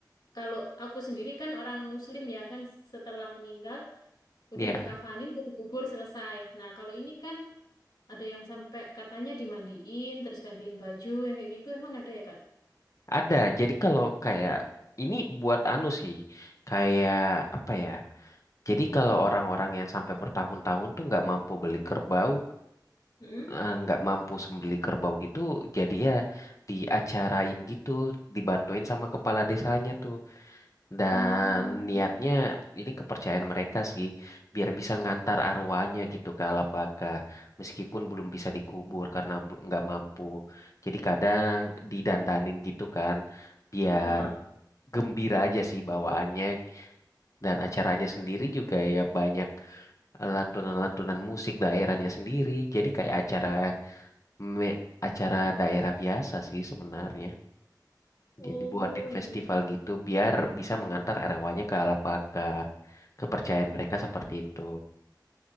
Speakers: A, on the left; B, on the left.
A: kalau aku sendiri kan orang Muslim ya kan setelah meninggal udah
B: ya
A: dikafanin udah dikubur selesai. Nah, kalau ini kan ada yang sampai katanya dimandiin, terus gantiin baju, yang kayak gitu. Emang ada ya, Kak?
B: ada jadi kalau kayak ini buat anu sih kayak apa ya Jadi kalau orang-orang yang sampai bertahun-tahun tuh nggak mampu beli kerbau,
A: Hmm?
B: eh, nggak mampu sembeli kerbau gitu, jadi ya diacarain gitu, dibantuin sama kepala desanya tuh. Dan
A: Hmm.
B: niatnya ini kepercayaan mereka sih, biar bisa ngantar arwahnya gitu ke alam baka, meskipun belum bisa dikubur karena bel- nggak mampu. Jadi kadang didandanin gitu kan, biar
A: Heeh.
B: gembira aja sih bawaannya dan acaranya sendiri juga ya banyak lantunan-lantunan musik daerahnya sendiri. Jadi kayak acara me- acara daerah biasa sih sebenarnya. Jadi
A: Oh,
B: buatin
A: iya,
B: festival
A: iya. iya.
B: gitu biar bisa mengantar arwahnya ke alam baka. Kepercayaan mereka seperti itu.